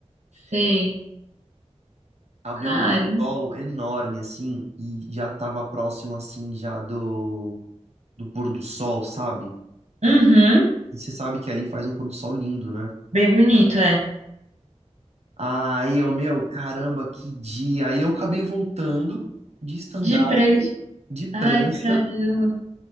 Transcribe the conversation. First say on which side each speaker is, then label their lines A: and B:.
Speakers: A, on the right (about 80°); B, on the right (about 65°).
A: Sei.
B: Abriu
A: Cara.
B: um sol enorme, assim, e já tava próximo, assim, já do, do pôr do sol, sabe?
A: Uhum.
B: E você sabe que ali faz um pôr do sol lindo, né?
A: Bem bonito, é.
B: Aí eu, meu, caramba, que dia. Aí eu acabei voltando de stand-up,
A: De prancha.
B: de prancha
A: Ai, caramba.